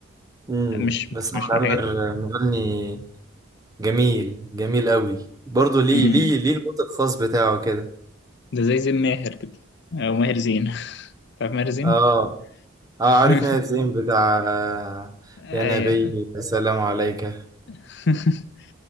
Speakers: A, on the right; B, on the left.
A: امم
B: مش
A: بس
B: مش
A: أحمد عامر
B: من الحاجات
A: مغني جميل جميل قوي برضه ليه
B: امم
A: ليه ليه الموت الخاص بتاعه كده
B: ده زي زين ماهر كده او ماهر زين <laughs> تعرف ماهر زين
A: اه اه
B: <laughs>
A: عارف ماهر زين بتاع
B: ايوه
A: يا نبي السلام عليك
B: <laughs>